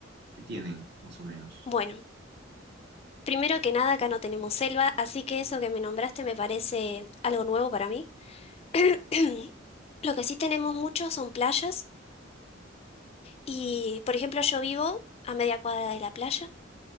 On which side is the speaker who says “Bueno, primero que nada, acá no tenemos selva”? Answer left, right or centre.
Left